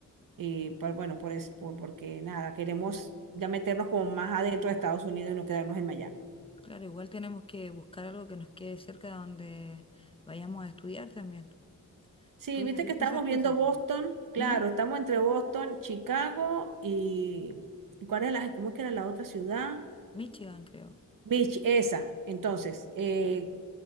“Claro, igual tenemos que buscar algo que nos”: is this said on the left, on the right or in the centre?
Left